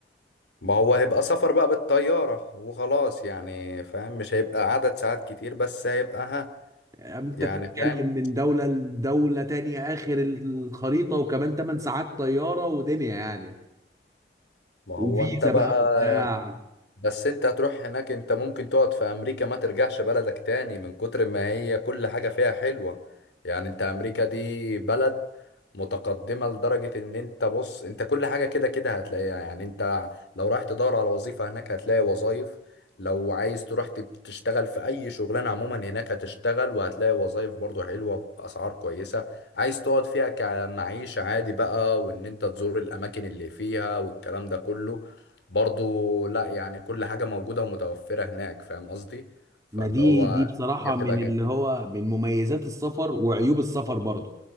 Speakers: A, on the left; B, on the right.
A: ما هو هيبقى سفر بقى بالطياره وخلاص يعني فاهم مش هيبقى عدد ساعات كتير بس هيبقى ها
B: انت
A: يعني
B: بتتكلم
A: فاهم
B: من دولة لدولة تانية اخر الخريطة وكمان 8 ساعات طيارة ودنيا يعني
A: ما
B: وفيزا
A: هو انت بقى
B: بقى وبتاع
A: بس انت هتروح هناك انت ممكن تقعد في امريكا ما ترجعش بلدك تاني من كتر ما هي كل حاجة فيها حلوة يعني انت امريكا دي بلد متقدمة لدرجة ان انت بص انت كل حاجة كده كده هتلاقيها يعني انت لو رايح تدور على وظيفة هناك هتلاقي وظائف لو عايز تروح تب- تشتغل في اي شغلانة عموما هناك هتشتغل وهتلاقي وظائف برضو حلوة باسعار كويسة عايز تقعد فيها كمعيشة عادي بقى وان انت تزور الاماكن اللي فيها والكلام ده كله برضو لا يعني كل حاجة موجودة ومتوفرة هناك فاهم قصدي فاللي
B: ما دي
A: هو
B: دي بصراحة
A: هي بتبقى
B: من
A: جميلة
B: اللي هو من مميزات السفر وعيوب السفر برضو